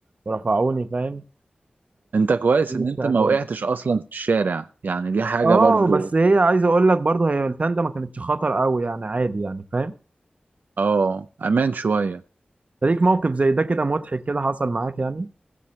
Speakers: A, on the right; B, on the right.
A: ورفعوني فاهم
B: أنت كويس
A: مش
B: إن أنت
A: تاني
B: ما وقعتش أصلا في الشارع يعني دي حاجة
A: اه
B: برضو
A: بس هي عايز اقول لك برضه هي التندة ما كانتش خطر قوي يعني عادي يعني فاهم
B: أه أمان شوية
A: فليك موقف زي ده كده مضحك كده حصل معاك يعني